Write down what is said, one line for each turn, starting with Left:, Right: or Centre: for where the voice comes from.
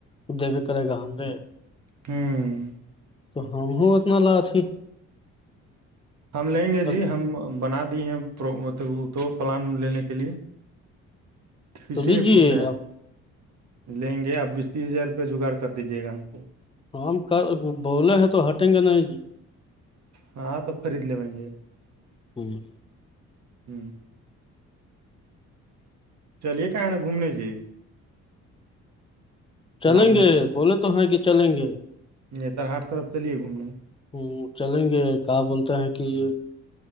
Left: وہ د بھی کرے گا ہم رے
Right: ہوں
Left: تو ہم ہ اتنا لاچ ہی
Right: ہم لیں گے
Left: تو
Right: جی ہم بنا دی ہیں پرب تو پلان لینے کے لیے
Left: <inaudible>
Right: تو اسی
Left: لیجیے
Right: لیے پوچھ رہے ہے
Left: آپ
Right: لیں گے آپ بیس تیس ہزار روپیہ جگاڑ کر دیجیے گا ہم کو
Left: ہم ہم کر بولے ہیں تو ہٹیں گے نہیں
Right: ہاں تو خرید لے م گے
Left: ہ
Right: ہ چلیے کہاں نا گھومنے سے
Left: چلیں
Right: پلام
Left: گے بولے تو ہیں کہ چلیں گے
Right: ج تر ہاٹ طرف چلیے گھومنے
Left: ہ چلیں گے کہ بولتا ہے کہ <unintelligible>